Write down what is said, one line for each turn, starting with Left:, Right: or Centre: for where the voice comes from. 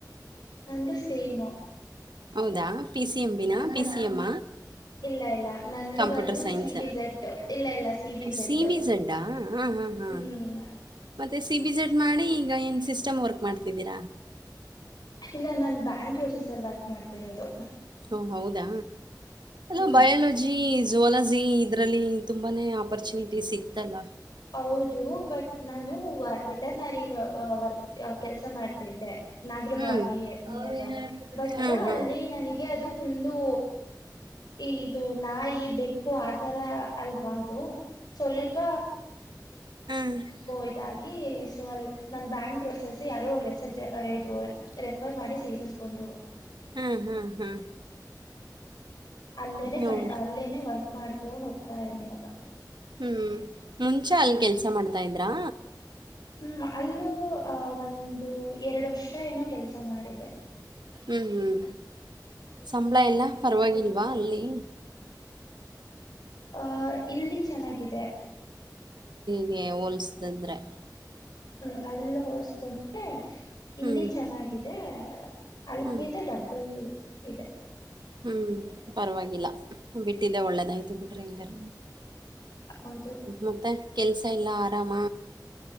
Left: ನಂದು ಸೇಮು.
Right: ಹೌದಾ ಪಿ ಸಿ ಎಮ ಬಿಿನಾ ಪಿ
Left: ಅದ್
Right: ಸಿ ಎಮ.
Left: ಇಲ್ಲ ಇಲ್ಲ ನಂದು
Right: ಕಂಪ್ಯೂಟರ್
Left: ಬಂದು
Right: ಸೈನ್ಸ್
Left: ಸಿ ಬಿ ಝಡ್ ಇಲ್ಲ ಇಲ್ಲ ಸಿ ಬಿ ಝಡ್
Right: ಸಿಬಿಜಡ್ಡ. ಹಾ ಹಾ
Left: ಹ್ಮ್
Right: ಮತ್ತೆ ಸಿ ಬಿ ಜಡ್ ಮಾಡಿ ಈಗ ಏನ್ ಸಿಸ್ಟಮ್ ವರ್ಕ್ ಮಾಡ್ತಿದ್ದೀರಾ.
Left: ಇಲ್ಲ ನನ್ ಬ್ಯಾಂಕ್ ಪ್ರೊಸೆಸರ್ ವರ್ಕ್ ಮಾಡ್ತಿರೋದು.
Right: ಹಓ ಹೌದಾ
Left: ಹ್ಮ್
Right: ಅ ಬಯಾಲಜಿ ಜೋಲಾ. ಇದ್ರಲ್ಲಿ ತುಂಬಾನೇ ಆಪರ್ಚುನಿಟೀ ಇತ್ತಲ್ಲ.
Left: ಹೌದು ಬಟ್ ನಾನು ವೆಟರ್ನರಿ ವರ್ಕ್ ಕೆಲಸ ಮಾಡ್ತಿದ್ದೆ. ನಾಗರಬ
Right: ಹ್ಮ್
Left: ಅದೇ ನಿಯರ್
Right: ಹ್ಮ್
Left: ಬಟ್
Right: ಹ್ಮ್ ಹಾ
Left: ಅಲ್ಲಿ ನನಗೆ ಅದು ಫುಲ್ಲು. ಈ ಇದು ನಾಯಿ ಬೆಕ್ಕು ಆತರ ಅಲ್ವಾ ಅದು ಸ್ವಲ್ಪ.
Right: ಹ್ಮ್
Left: ಇದಾಗಿ ಸೊ ಅ ನ ಬ್ಯಾಂಕ್ ಪ್ರೋಸೆಸ್ ಯಾರೋ ರೆಜ್ ಇದು. ಆಫರ್ ಮಾಡಿ ಸೇರಿಸ್ಕೊಂಡ್ರು.
Right: ಹ್ಮ್ ಹ್ಮ್ ಹ್ಮ್
Left: ಅಲ್ಲೇನೆ ಕ
Right: ಹೌದು
Left: ಅಲ್ಲೇನೆ ವರ್ಕ್ ಮಾಡ್ಕೊಂಡ ಹೋಗ್ತಾ ಇನೆ ಇವಾಗ.
Right: ಹ್ಞೂ ಮುಂಚೆ ಅಲ್ಲಿ ಕೆಲಸ ಮಾಡ್ತಾಯಿದ್ರಾ.
Left: ಹ್ಮ್ ಅಲ್ಲೂ ಆಹ ಒಂದು ಎರಡು ವರ್ಷ. ಷ ಏನೋ ಕೆಲಸ ಮಾಡಿದ್ದೆ.
Right: ಹ್ಮ್ ಹ್ಮ್ ಸಂಬಳ ಎಲ್ಲ ಪರವಾಗಿಲ್ವಾ
Left: ಅಲ್ಲಿ
Right: ಅಲ್ಲಿ.
Left: ಆಹ ಇಲ್ಲಿ ಚೆನ್ನಾಗಿದೆ.
Right: ಏ ಹೋಲಿಸತಂದ್ರೆ.
Left: ಹ್ಮ್ ಅಲ್ಲಿ ಹೋಲ್ಸ್ಕೊಂಡ. ಇಲ್ಲಿ
Right: ಹ್ಞೂ
Left: ಚೆನ್ನಾಗಿದೆ ಅಲ್ಲಿಂದ
Right: ಹ್ಞೂ
Left: ಡಬ್ಬಲ್ ಇದೆ.
Right: ಹ್ಞ ಪರವಾಗಿಲ್ಲ ಬಿಟ್ಟಿದ್ದೆ ಒಳ್ಳೇದಾಯ್ತು ಬಿಟ್ರಿ ಹಿಂಗರ.
Left: ಹೌದು
Right: ಮತ್ತೆ ಕೆಲಸ ಎಲ್ಲ ಆರಾಮ.